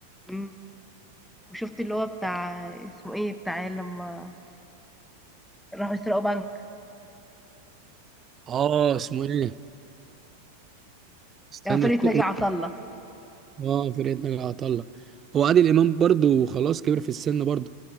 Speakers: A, in the centre; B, on the right.
A: أمم. وشفت اللي هو بتاع اسمه ايه بتاع لما راحوا يسرقوا بنك
B: اه اسمه ايه استنى
A: آه، فرقة
B: فت...
A: ناجي عطا الله
B: اه فرقة ناجي عطا الله هو عادل امام برضو خلاص كبر في السن برضو